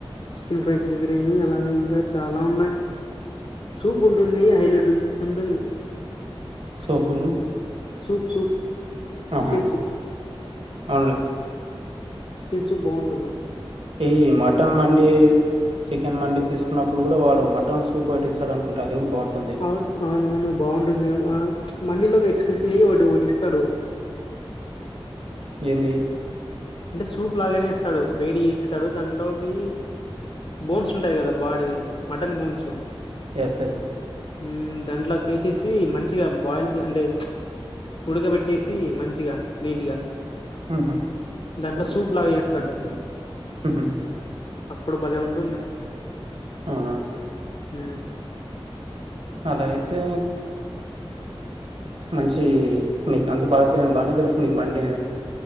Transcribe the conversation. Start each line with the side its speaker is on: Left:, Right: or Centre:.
Left: చికెన్ ఫ్రై పీస్ బిర్యానీ అలానే ఇంకా చాలా ఉన్నాయి్ సూప్ ఉంటుంది హైలైట్ ఉం ఉంటుంది
Right: సోపు
Left: సూప్ సూప్
Right: ఆహా
Left: చికెన్ సూప్
Right: అవుంలే
Left: చికెన్ సూప్ బాగుంటుంది
Right: ఈ మటన్ మండి చికెన్ మండి తీసుకున్నప్పుడు కూడా వాడు మటన్ సూప్ పెట్టిస్తాడు అనుకుంటా అది కూడా బాగుంటుంది
Left: అవున్ అవునవును బాగుంటుంది ఏ ఆ మన్నిలో ఎక్స్ప్రెసిలి ఓటి ఓటిస్తాడు
Right: ఏంది
Left: అంటే సూప్ లాగానే ఇస్తాడు వేడి చేసిస్తాడు దాంట్లోకి బోన్స్ ఉంటాయి కదా బాడీది మటన్ బోన్స్
Right: ఎస్ ఎస్
Left: మ్ దాంట్లకెసేసి మంచిగా బాయిల్ అంటే ఉడకబెట్ ట్టేసి మంచిగా నీట్గా
Right: ఉహు
Left: దాంట్ల సూప్ లాగేస్తాడు
Right: మ్ హు
Left: అప్పుడు భలే ఉంటుంది
Right: అవునా
Left: మ్
Right: అలా అయితే మంచి నీకంత బాగా బానే తెలుసు నీకు మండి